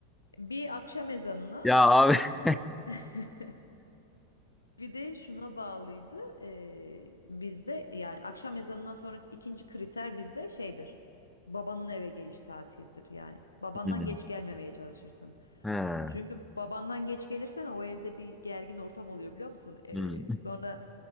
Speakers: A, on the left; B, in the centre.
A: Bir akşam ezanına
B: Ya abi. <laughs>
A: <laughs> Bir de şuna bağlıydı. eee, bizde yani akşam ezanından sonraki ikinci kriter bizde şeydir. Babanın eve geliş saatidir yani. Babandan
B: Hmm.
A: geç gelmemeye çalışırsın.
B: He.
A: Çünkü babandan geç gelirsen o evde bir gergin ortam oluyor biliyor musun? Eee,
B: Hmm,
A: sonra